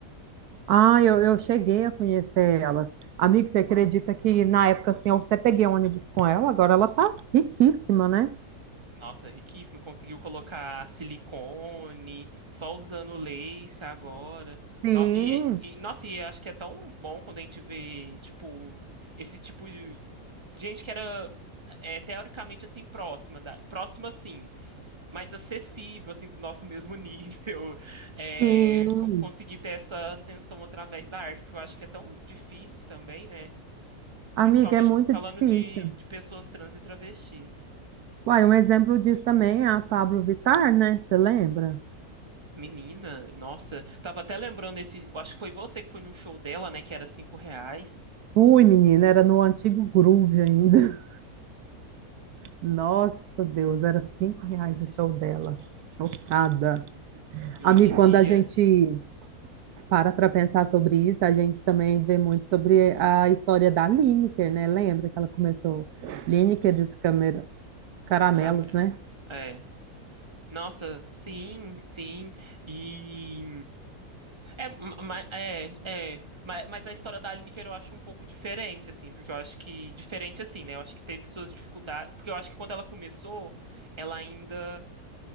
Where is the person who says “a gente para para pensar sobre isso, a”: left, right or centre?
Right